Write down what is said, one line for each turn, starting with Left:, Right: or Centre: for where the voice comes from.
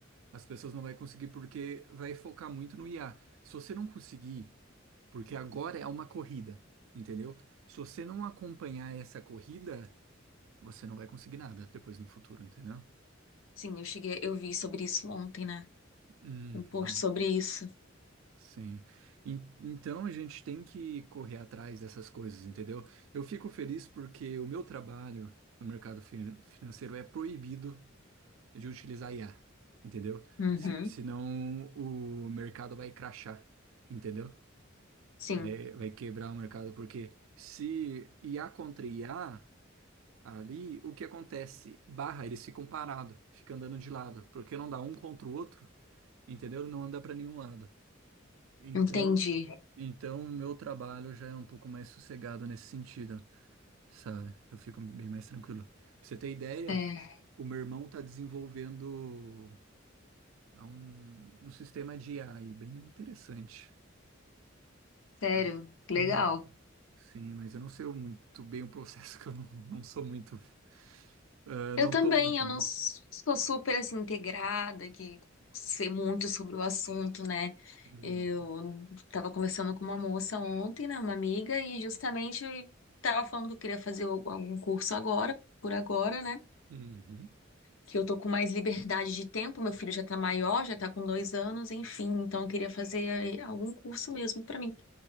Right: As pessoas não vão conseguir porque vai focar muito no IA. Se você não conseguir Porque agora é uma corrida, entendeu? Se você não acompanhar essa corrida, você não vai conseguir nada depois no futuro, entendeu?
Left: Sim, eu cheguei, eu vi sobre isso ontem, né?
Right: Uhum,
Left: Um post sobre isso.
Right: sim. En- Então a gente tem que correr atrás dessas coisas, entendeu? Eu fico feliz porque o meu trabalho no mercado fin- financeiro é proibido de utilizar IA, entendeu?
Left: Uhum.
Right: Se, senão o mercado vai crashar, entendeu?
Left: Sim,
Right: Vai, vai quebrar o mercado, porque se IA contra IA. Ali, o que acontece? Barra, eles ficam parados, ficam andando de lado, porque não dá um contra o outro, entendeu? Não anda para nenhum lado. Então,
Left: entendi.
Right: então o meu trabalho já é um pouco mais sossegado nesse sentido, sabe? Eu fico bem mais tranquilo. Pra você ter ideia,
Left: É,
Right: o meu irmão tá desenvolvendo ah, um, um sistema de AI bem interessante.
Left: sério,
Right: Aí-
Left: legal.
Right: Hum, sim, mas eu não sei muito bem o processo, <laughs> que eu não, não sou muito, ah,
Left: Eu
Right: não
Left: também,
Right: tô muito
Left: eu
Right: nisso.
Left: não s- sou super assim integrada, que sei muito sobre o assunto, né?
Right: Hum.
Left: Eu tava conversando com uma moça ontem, né, uma amiga, e justamente eu tava falando que eu queria fazer al- algum curso agora, por agora, né?
Right: Uhum.
Left: que eu tô com mais liberdade de tempo, meu filho já tá maior, já tá com dois anos, enfim, então eu queria fazer eh, algum curso mesmo pra mim.